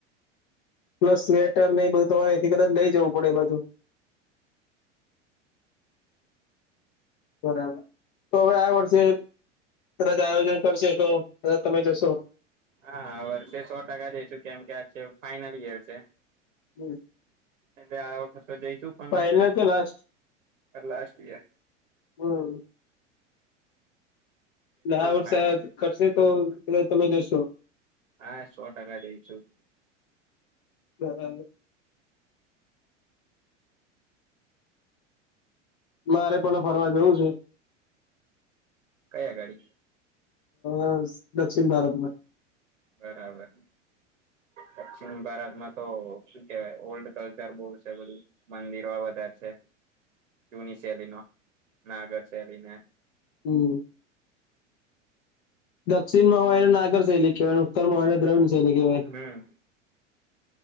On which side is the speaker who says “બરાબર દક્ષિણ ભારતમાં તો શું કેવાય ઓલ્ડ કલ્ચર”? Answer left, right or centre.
Right